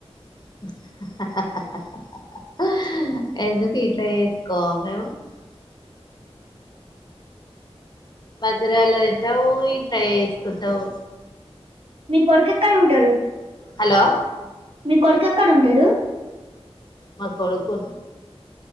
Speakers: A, on the left; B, on the right.
A: హ హ హ హ హ హ హ హ ఎందుకు ఇంట్లా చేసుకోమ మేము మంచిరాల తింటావు ఇట్లా చేసుకుంటావు
B: మీ కొడుకు ఎక్కడ ఉంటడు
A: హలో
B: మీ కొడుకు ఎక్కడ ఉంటడు
A: మా కొడుకు